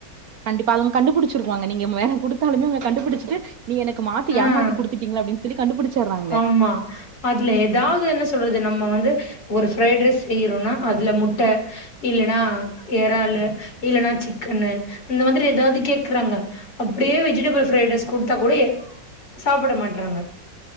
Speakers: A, on the right; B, on the left.
A: கண்டிப்பா அதும் கண்டுபுடிச்சிருவாங்க நீங்கம் வேற குடுத்தாலுமே அவுங்க கண்டுபுடிச்ட்டு நீ எனக் மாத்தி
B: ஆஹ்
A: ஏமாத்தி குடுத்திட்டிங்ளா அப்டின் சொல்லி கண்டுபுடிச்சார்றாங்க
B: ஆமா அதுல ஏதாவ்து என்ன சொல்றது நம்ம வந்து ஒரு பிரைட் ரைஸ் செய்யறோன்னா அதுல முட்ட இல்லன்னா ஏறாளு இல்லன்னா சிக்கன்னு இந்த மாதிரி ஏதாவ்து கேக்குறாங்க அப்டியே வெஜிடபிள் ஃப்ரைட் ரைஸ் குடுத்தா கூடயே சாப்ட மாட்றாங்க